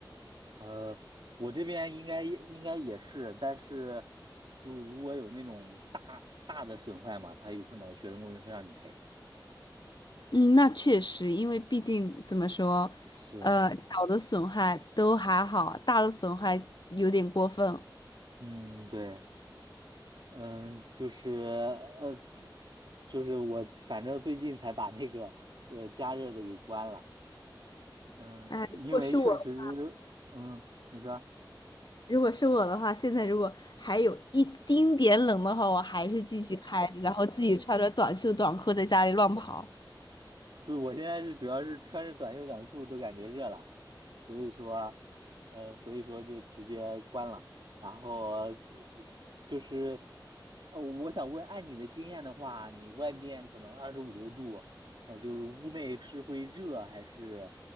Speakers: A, on the right (about 75°); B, on the left (about 60°).
A: 呃，我这边应该应该也是，但是就是如果有那种大大的损坏嘛，它有可能学生公寓会让你赔。
B: 嗯，那确实，因为毕竟怎么说，
A: 是，
B: 呃，小的损害都还好，大的损害有点过分。
A: 嗯，对。嗯，就是呃，就是我反正最近才把那个呃加热的给关了。嗯，
B: 哎，
A: 因为确实，
B: 如果是我的话，
A: 嗯，你说，
B: 如果是我的话，现在如果还有一丁点冷的话，我还是继续开着，然后自己穿着短袖短裤在家里乱跑。
A: 就是我现在是主要是穿着短袖短裤都感觉热了，所以说，呃，所以说就直接关了。然后就是，呃，我想问，按你的经验的话，你外面可能二十五六度，呃，就是屋内是会热还是